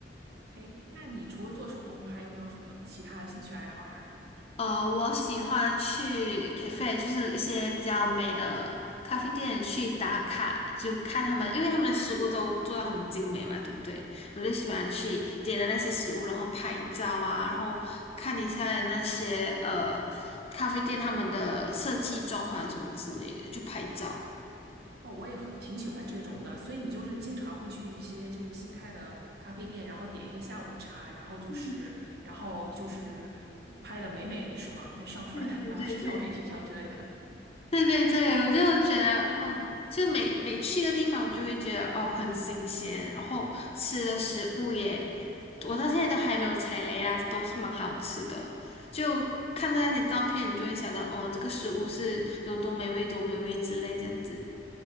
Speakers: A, on the right; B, on the left.
A: 哎，那你除了做手工，还有没有什么其他的兴趣爱好呀？
B: 呃，我喜欢去 cafe，就是一些比较美的咖啡店去打卡，就看他们，因为他们的食物都做到很精美嘛，对不对？我就喜欢去点了那些食物，然后拍照啊，然后看一下那些呃咖啡店他们的设计、装潢什么之类的，就拍照。
A: 哦，我也很挺喜欢这种的，所以你就是经常会去一些就是新开的咖啡店，然后点一个下午茶，然后就是然后就是呃拍的美美的是吗？
B: 嗯，
A: 在上传到
B: 对对对对
A: <laughs> 社交媒体上之类的。
B: 对对对，我就觉得哦，就每每去一个地方，我就会觉得哦很新鲜，然后吃的食物也，我到现在都还没有踩雷啦，都是蛮好吃的。就看到那些照片，你就会想到哦，这个食物是有多美味，多美味之类这样子。